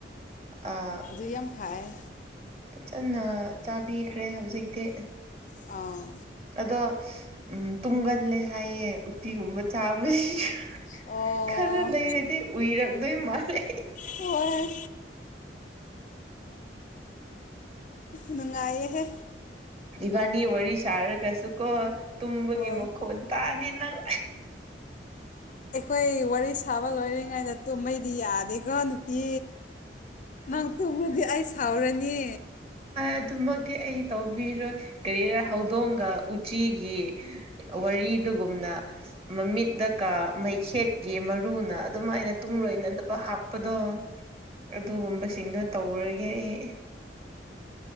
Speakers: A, on the right; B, on the left.
A: ꯑꯥ
B: ꯑꯗꯨ ꯌꯥꯝ ꯐꯩ
A: ꯐꯖꯅ ꯆꯥꯕꯤꯈ꯭ꯔꯦ ꯍꯧꯖꯤꯛꯇꯤ
B: ꯑꯥ
A: ꯑꯗꯣ ꯎꯝ ꯇꯨꯝꯒꯜꯂꯦ ꯍꯥꯏꯌꯦ ꯎꯇꯤꯒꯨꯝꯕ ꯆꯥꯕꯁꯤꯁꯨ
B: ꯑꯣ
A: ꯈꯔ ꯂꯩꯔꯦꯗꯤ ꯎꯨꯏꯔꯛꯗꯣꯏ ꯃꯥꯥꯟꯂꯦ
B: ꯍꯣꯢ ꯅꯨꯡꯉꯥꯏꯍꯦ
A: ꯏꯕꯥꯅꯤ ꯋꯥꯔꯤ ꯁꯥꯔꯒꯁꯨꯀꯣ ꯇꯨꯝꯕꯒꯤ
B: ꯍꯣꯏ
A: ꯃꯈꯣꯟ ꯇꯥꯅꯤ ꯅꯪ
B: ꯑꯩꯈꯣꯏ ꯋꯥꯔꯤ ꯁꯥꯕ ꯂꯣꯏꯔꯤꯉꯩꯗ ꯇꯨꯝꯃꯩꯗꯤ ꯌꯥꯗꯦꯀꯣ ꯅꯨꯄꯤ ꯅꯪ ꯇꯨꯝꯕꯗꯤ ꯑꯩ ꯁꯥꯎꯔꯅꯤ
A: ꯑꯗꯨꯃꯛꯇꯤ ꯑꯩ ꯇꯧꯕꯤꯔꯣꯏ ꯀꯔꯤꯔ ꯍꯧꯗꯣꯡꯒ ꯎꯆꯤꯒꯤ ꯋꯥꯔꯤꯗꯨꯒꯨꯝꯅ ꯃꯃꯤꯠꯇ ꯀꯥ ꯃꯩꯈꯦꯠꯀꯤ ꯃꯔꯨꯅ ꯑꯗꯨꯃꯥꯏꯅ ꯇꯨꯡ ꯂꯣꯏꯅꯗꯕ ꯍꯥꯞꯄꯗꯣ ꯑꯗꯨꯒꯨꯝꯕꯁꯤꯡꯗꯣ ꯇꯧꯔꯒꯦ ꯑꯩ